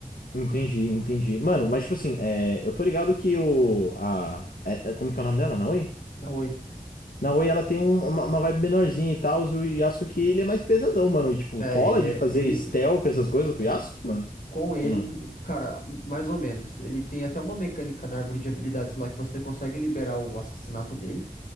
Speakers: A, on the left (about 80°); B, on the left (about 65°).
A: Entendi, entendi. Mano, mas tipo assim, é, eu tô ligado que o. A, é- é- como que é o nome dela? Naoi?
B: Naoi.
A: Naoi, ela tem um- uma, uma vibe menorzinha e tal, e o Yasuke ele é mais pesadão, mano. E tipo,
B: É,
A: rola
B: ele é.
A: de fazer
B: Ele.
A: stealth, essas coisas com o Yasuke, mano?
B: Com ele,
A: Ou não?
B: cara, mais ou menos. Ele tem até uma mecânica na árvore de habilidades lá que você consegue liberar o assassinato dele.